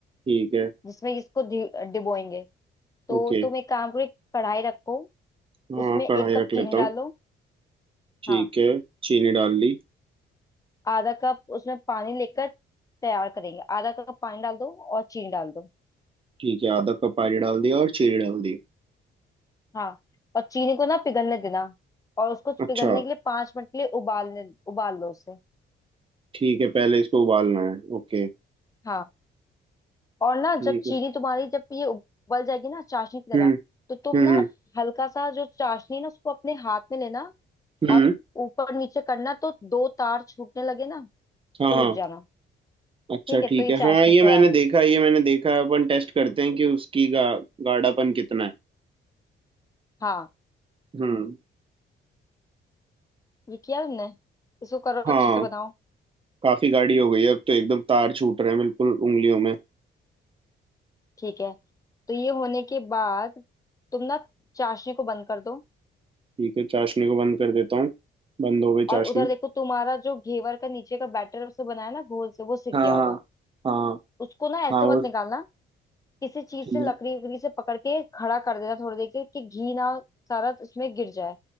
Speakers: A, on the right; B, on the left.
A: ठीक है
B: जिसमें इसको धि- डिबोएंगे तो
A: ओके
B: तुम एक काम करो एक कढ़ाई रखो
A: हाँ
B: उसमें
A: कढ़ाई
B: एक
A: रख
B: कप
A: लेता
B: चीनी डालो
A: हूँ ठीक
B: हाँ
A: है चीनी डाल ली
B: आधा कप उसमें पानी लेकर तैयार करेंगे आधा कप पानी डाल दो और चीनी डाल दो
A: ठीक है आधा कप पानी डाल दिया और चीनी डाल दी
B: हाँ और चीनी को ना पिघलने देना और उसको पिघलने
A: अच्छा
B: के लिए पांच मिनट के लिए उबालने उबाल लो उसे
A: ठीक है पहले इसको उबालना है ओके
B: हाँ और ना
A: ठीक
B: जब चीनी
A: है
B: तुम्हारी जब ये उबल जाएगी ना चाशनी की तरह
A: हम्म
B: तो तुम
A: हम्म
B: ना
A: हम्म
B: हल्का सा जो चाशनी है ना उसको अपने हाथ में लेना
A: हम्म,
B: और ऊपर नीचे करना तो दो तार छूटने लगे ना
A: हाँ
B: तो
A: हाँ
B: रुक जाना
A: अच्छा
B: ठीक है
A: ठीक
B: तो ये
A: है
B: चाशनी
A: हाँ ये
B: तैयार
A: मैंने
B: हो
A: देखा ये मैंने देखा है अपन टेस्ट करते हैं कि उसकी गा, गाढ़ापन कितना है
B: हाँ
A: हम्म
B: ये किया तुमने इसको करो
A: हाँ
B: अच्छे से बनाओ
A: काफी गाढ़ी हो गई है अब तो एकदम तार छूट रहे हैं बिल्कुल उंगलियों में
B: ठीक है तो ये होने के बाद तुम ना चाशनी को बंद कर दो
A: ठीक है चाशनी को बंद कर देता हूँ बंद हो गई
B: और
A: चाशनी
B: उधर देखो तुम्हारा जो घेवर का नीचे का बैटर उसे बनाया ना घोल से वो सिक
A: हाँ
B: गया होगा
A: हाँ हाँ
B: उसको ना ऐसे
A: हाँ
B: मत
A: वो
B: निकालना किसी चीज
A: ठीक
B: से
A: है
B: लकड़ी वकड़ी से पकड़ के खड़ा कर देना थोड़ी देर के कि घी ना सारा उसमें गिर जाए